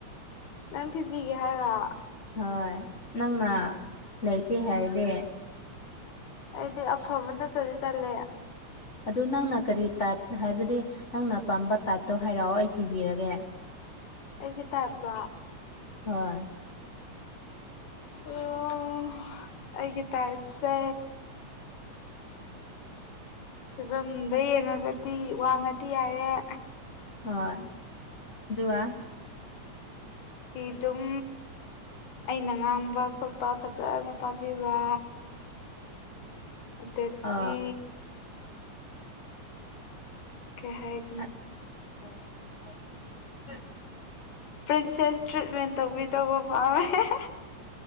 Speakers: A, on the left; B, on the left.
A: ꯅꯪ ꯊꯤꯕꯤꯒꯦ ꯍꯥꯏꯔꯣ
B: ꯍꯣꯏ ꯅꯪꯅ ꯂꯩꯇꯦ ꯍꯥꯏꯗꯤ
A: ꯑꯩꯗꯤ ꯑꯐꯕ ꯅꯠꯇꯗꯤ ꯇꯜꯂꯦ
B: ꯑꯗꯨ ꯅꯪꯅ ꯀꯔꯤ ꯇꯥꯏꯞ ꯍꯥꯏꯕꯗꯤ ꯅꯪꯅ ꯑ ꯄꯥꯝꯕ ꯇꯥꯏꯞꯇꯣ ꯍꯥꯏꯔꯛꯑꯣ ꯑꯩ ꯊꯤꯕꯤꯔꯒꯦ
A: ꯑꯩꯒꯤꯇꯥꯏꯞꯂꯣ
B: ꯍꯣꯏ
A: ꯑꯣ ꯑꯩꯒꯤ ꯇꯥꯏꯞꯁꯦ ꯐꯤꯕꯝꯗ ꯌꯦꯡꯉꯒꯗꯤ ꯋꯥꯡꯉꯗꯤ ꯌꯥꯏꯑꯦ
B: ꯍꯣꯏ ꯑꯗꯨꯒ
A: ꯑꯗꯨꯝ ꯑꯩꯅ ꯉꯥꯡꯕ ꯈꯣꯠꯄ ꯐꯖꯅ ꯇꯥꯕꯤꯕ ꯑꯗꯒꯤ
B: ꯑ
A: ꯀꯩ ꯍꯥꯏ
B: <unintelligible>
A: ꯄ꯭ꯔꯤꯟꯁꯦꯁ ꯇ꯭ꯔꯤꯠꯃꯦꯟ ꯇꯧꯕꯤꯗꯧꯕ ꯄꯥꯝꯃꯦ ꯍꯦꯍꯦ